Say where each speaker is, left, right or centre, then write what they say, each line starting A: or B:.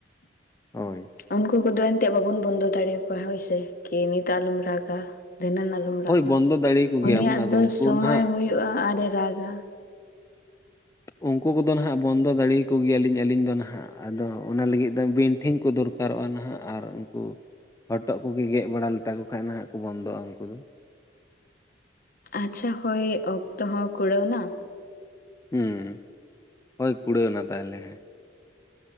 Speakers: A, on the left; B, on the left.
A: ᱦᱳᱭ
B: ᱩᱱᱠᱩ ᱠᱚᱫᱚ ᱮᱱᱛᱮᱫ ᱵᱟᱵᱚᱱ ᱵᱚᱱᱫᱚ ᱫᱟᱲᱮᱭᱟᱠᱚᱣᱟ ᱦᱳᱭ ᱥᱮ ᱠᱤᱨᱤᱱᱤᱛᱟ ᱟᱞᱚᱢ ᱨᱟᱜᱟ ᱫᱷᱤᱱᱟᱹᱱ ᱟᱞᱚᱢ ᱨᱟᱜᱟ
A: ᱦᱳᱭ ᱵᱚᱱᱫᱚ ᱫᱟᱲᱮᱭᱟᱠᱚ
B: ᱩᱱᱤᱭᱟᱜ
A: ᱜᱮᱭᱟᱵᱚᱱ ᱟᱫᱚ
B: ᱫᱚ
A: ᱩᱱᱠᱩ
B: ᱥᱚᱢᱳ
A: ᱱᱟᱦᱟᱜ
B: ᱦᱳᱳᱜᱼᱟ ᱟᱨᱮ ᱨᱟᱜᱟ
A: ᱩᱱᱠᱩ ᱠᱚᱫᱚ ᱱᱟᱦᱟᱜ ᱵᱚᱱᱫᱚ ᱫᱟᱲᱮ ᱭᱟᱠᱚ ᱜᱮᱭᱟᱞᱤᱧ ᱟᱹᱞᱤᱧ ᱫᱚ ᱱᱟᱦᱟᱜ ᱟᱫᱚ ᱚᱱᱟ ᱞᱟᱹᱜᱤᱫ ᱫᱚ ᱵᱤᱧ ᱴᱷᱤᱧ ᱠᱚ ᱫᱚᱨ ᱩᱨᱠᱟᱨᱚᱜᱼᱟ ᱱᱟᱦᱟᱜ ᱟᱨ ᱩᱱᱠᱩ ᱦᱚᱴᱚᱜ ᱠᱚ ᱜᱮᱫ ᱵᱟᱲᱟ ᱞᱮᱛᱟ ᱠᱚ ᱠᱷᱟᱡ ᱱᱟᱦᱟᱜ ᱠᱚ ᱵᱚᱱᱫᱚᱜᱼᱟ ᱩᱱᱠᱩ ᱫᱚ
B: ᱟᱪᱪᱷᱟ ᱦᱳᱭ ᱚᱠᱛᱚ ᱦᱚᱸ ᱠᱩᱲᱟᱹᱣ ᱮᱱᱟ
A: ᱦᱚᱸ ᱦᱳᱭ ᱠᱩᱲᱟᱹᱣ ᱮᱱᱟ ᱛᱟᱦ ᱞᱮ ᱦᱮᱸ